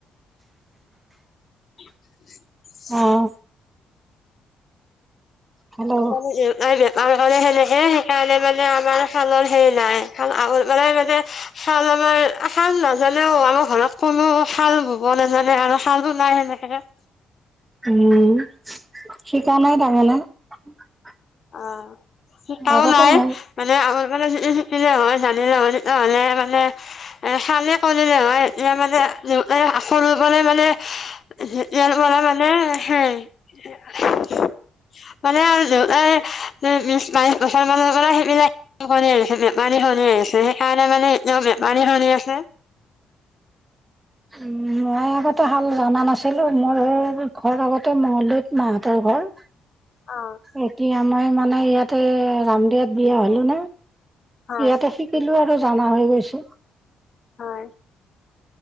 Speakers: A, on the left; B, on the right.
A: উ <unintelligible>
B: অঁ। হেল্ল'
A: লে হলে <unintelligible> সে সেইকাৰণে মানে আমাৰ চালৰ হেৰি নাই ল মানে মানে শাল আমাৰ <unintelligible> আশাল নাজ'লেও আমাৰ ঘৰত কোনো <unintelligible> হাল ব ব নাজানে আৰু শাল বোৰ নাই সেনেকে <unintelligible>
B: উম শিকা নাই তাৰমানে <unintelligible>
A: অ শিকাও
B: আগতে
A: নাই
B: মই
A: মানে আমাৰ মানে শিকিলে হয় জানিল মান <unintelligible> নহ'লে মানে এ খালে কৰিলে হয় এতিয়া মানে আখ ৰুবলৈ মানে <unintelligible> জল মৰা মানে হে <unintelligible> <inaudible> মালাল দে <unintelligible> মিছ মাই ক <unintelligible> সেইবিলাক <unintelligible> নি আহিছে মানী শনি আহিছে <unintelligible> সেইকাৰণে মানে এ বে মাৰী ধুন আছে।।
B: উ মই আগতে হাল জানা নাছিলো, মোৰ ঘৰ আগতে মঙলদৈত মাহতৰ ঘৰ
A: অ
B: এতিয়া মই মানে ইয়াতে ৰামদেৱাত বিয়া হলো ন।
A: হয়
B: ইয়াতে শিকিলো আৰু জনা হৈ গৈছে।
A: হয়